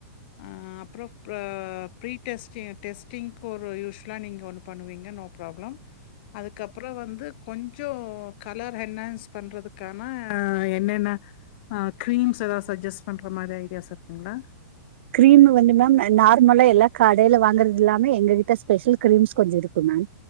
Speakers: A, on the left; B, on the right.
A: ஆ அப்புற ப் ப்ரீ டெஸ்ட்டி டெஸ்டிங்க்கு ஒரு யூஷுவவலா நீங்க ஒன்னு பண்ணுவீங்க நோ ப்ராப்ளம் அதுக்கப்புற வந்து கொஞ்ச கலர் ஹென்னாஸ் பண்றதுக்கான என்னென்ன க்ரீம்ஸ் எதாவது ஷஜ்ஜஸ்ட் பண்ற மாரி ஐடியாஸ் இருக்குங்களா
B: கிரீமு வந்து மேம் நார்மலா எல்லா கடைல வாங்குறதுல்லாமே எங்க கிட்ட ஸ்பெஷல் கிரீம்ஸ் கொஞ்ச இருக்கு மேம்